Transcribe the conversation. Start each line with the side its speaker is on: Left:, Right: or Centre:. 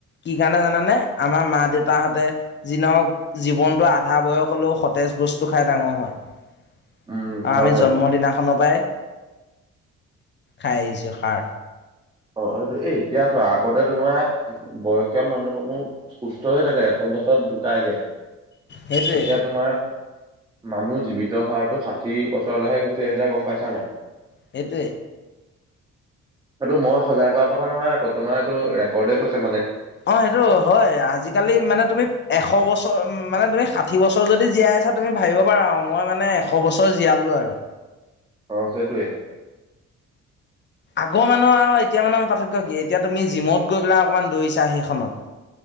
Left: কি কাৰণে জানানে আমাৰ মা দেউতাহঁতে যি নহক জীৱনতো আধা বয়স হলেও সতেজ বস্তু খাই ডাঙৰ হয় আৰু
Right: উম হয়
Left: আমি
Right: হয়
Left: জন্ম দিনাখনৰ পৰাই খাই আহিছো সাৰ।
Right: অ' সেইটো এই এতিয়া তো আগতে তোমাৰ বয়সীয়াল মানুহ সমূহ সুস্থ হৈ থাকে, এখন বছৰত ঢুকগে,
Left: সেইটোৱে
Right: এতিয়া তোমাৰ মানুহ জীৱিত হোৱাতটো ষাঠি বছৰলৈহে গুচি আহিলে গম পাইছা নাই?
Left: সেইটোৱ
Right: এইটো মই সজাগ কৰা কথা নহয় আকৌ তোমাৰ এইটো ৰেকৰ্ডে কৈছে মানে
Left: অ' সেইটো হয় আজিকালি মানে তুমি এশ বছৰ মানে তুমি ষাঠি বছৰ যদি জীয়াই আছা তুমি ভাবিব পাৰা মই মানে এশ বছৰ জীয়ালো আৰু
Right: আহ, সেইটোৱে।
Left: আগৰ মানুহ আৰু এতিয়া মানে পাৰ্থক্য কি? এতিয়া তুমি জিমত গৈ পেলাই অকণমান দৌৰিছা সেইখনত